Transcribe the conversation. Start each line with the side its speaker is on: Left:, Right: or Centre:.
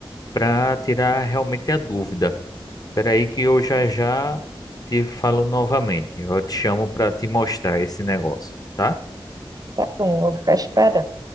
Left: para tirar realmente a dúvida. Espera aí que eu já já te falo novamente. Eu te chamo para te mostrar esse negócio, tá?
Right: Tá bom, eu vou ficar esperando.